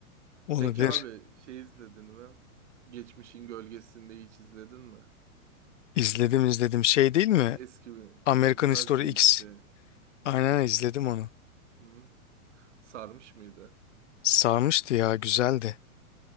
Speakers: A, on the left; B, on the right.
A: Olabilir.
B: Peki abi şey izledin mi? Geçmişin Gölgesi'nde hiç izledin mi?
A: İzledim izledim. Şey değil mi?
B: Eski bir
A: American History
B: Nazi
A: X.
B: işte.
A: Aynen izledim onu.
B: Hı? Sarmış mıydı?
A: Sarmıştı ya güzeldi.